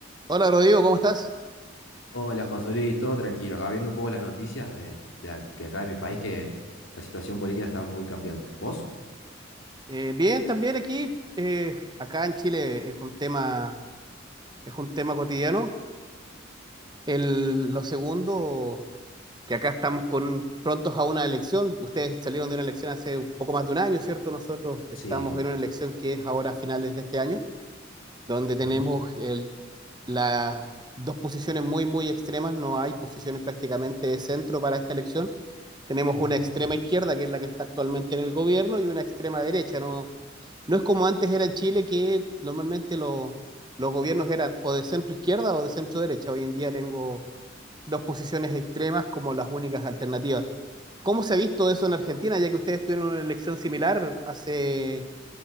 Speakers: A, on the right (about 20°); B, on the left (about 80°).
A: Hola Rodrigo, ¿cómo estás?
B: Hola, Josué, todo tranquilo. Acá viendo un poco las noticias de, de ac- de acá de mi país, que la situación política está muy cambiante. ¿Vos?
A: Eh, bien, también aquí, eh, acá en Chile es un tema, es un tema cotidiano. El, lo segundo, que acá estamos con, prontos a una elección. Ustedes salieron de una elección hace un poco más de un año, ¿cierto? Nosotros estamos
B: Sí.
A: en una elección que es ahora a finales de este año, donde tenemos
B: Ujú,
A: el- las dos posiciones muy, muy extremas. No hay posiciones prácticamente de centro para esta elección. Tenemos
B: ujú.
A: una extrema izquierda, que es la que está actualmente en el gobierno, y una extrema derecha, ¿no? No es como antes era en Chile, que normalmente lo- los gobiernos eran o de centro izquierda o de centro derecha. Hoy en día tengo dos posiciones extremas como las únicas alternativas. ¿Cómo se ha visto eso en Argentina, ya que ustedes tuvieron una elección similar hace